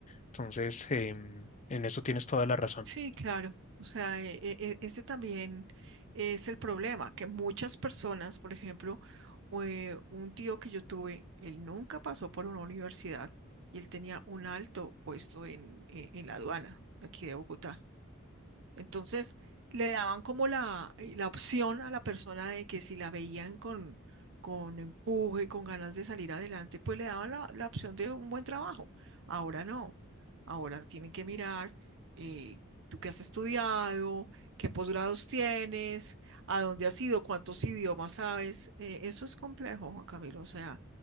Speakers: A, on the left; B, on the right.
A: Entonces, em, en eso tienes toda la razón.
B: Sí, claro. O sea, e- e- e- ese también es el problema, que muchas personas, por ejemplo, eh, un tío que yo tuve, él nunca pasó por una universidad y él tenía un alto puesto en, en, en la aduana de aquí de Bogotá. Entonces, le daban como la, eh, la opción a la persona de que si la veían con, con empuje, con ganas de salir adelante, pues le daban la, la opción de un buen trabajo. Ahora no. Ahora tienen que mirar eh, tú qué has estudiado, qué posgrados tienes, a dónde has ido, cuántos idiomas sabes. Eh, eso es complejo, Juan Camilo. O sea,